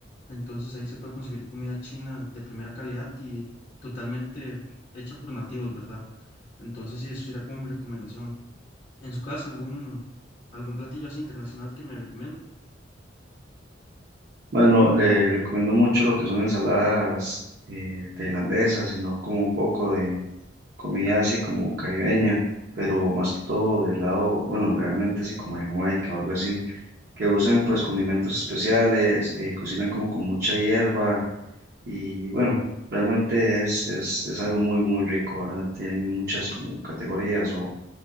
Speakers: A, on the left (about 35°); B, on the right (about 55°).
A: entonces ahí se puede conseguir comida china de primera calidad y totalmente hecha por nativos, ¿verdad? Entonces sí, eso sería como mi recomendación. En su caso, algún, algún platillo así internacional que me recomiende.
B: Bueno, le recomiendo mucho lo que son ensaladas eh, tailandesas, sino como un poco de comida así como caribeña, pero más que todo del lado, bueno, realmente así como de Jamaica o algo así, que usan pues condimentos especiales, eh, cocinan como con mucha hierba y bueno, realmente es, es, es algo muy, muy rico, ¿verdad? Tienen muchas como categorías o